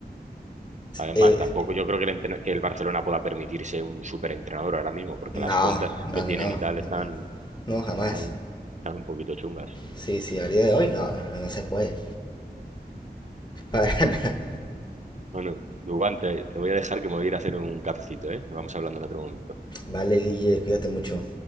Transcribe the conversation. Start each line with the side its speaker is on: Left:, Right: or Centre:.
Right: Además,
Left: Eh,
Right: tampoco yo creo que el, entren- que el Barcelona pueda permitirse un superentrenador ahora mismo, porque
Left: no,
Right: las cuentas
Left: no,
Right: que tienen
Left: no, no.
Right: y tal están,
Left: No, jamás.
Right: están, un, están un poquito chungas.
Left: Sí, sí, a día de hoy no, no, no se puede. <laughs> Para nada.
Right: Bueno, Dubán, te, te voy a dejar que me voy a ir a hacer un cafecito, ¿eh? Vamos hablando en otro momento.
Left: Vale, Guille, cuídate mucho.